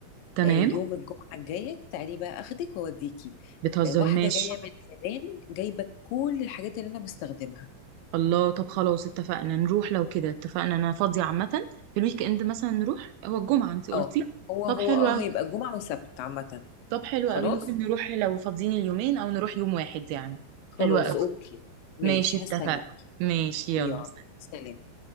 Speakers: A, on the right; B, on the left.
A: تمام
B: آه، يوم الجمعة الجاية تعالي بقى اخدك واوديكي
A: بتهزري
B: آه، واحدة
A: ماشي
B: جاية من اليابان جايبة كل الحاجات اللي انا بستخدمها
A: الله طب خلاص اتفقنا نروح لو كده اتفقنا انا فاضية عامة في الويك اند مثلا نروح هو الجمعة انت قلتي
B: اه هو
A: طب
B: هو
A: حلو
B: اه
A: أوي
B: هيبقى جمعة وسبت عامة
A: طب حلو
B: خلاص
A: أوي ممكن نروح لو فاضيين اليومين او نروح يوم واحد يعني
B: خلاص
A: حلو أوي
B: اوكي ماشي
A: ماشي اتفقنا
B: هستنى
A: ماشي
B: يلا
A: يلا
B: سلام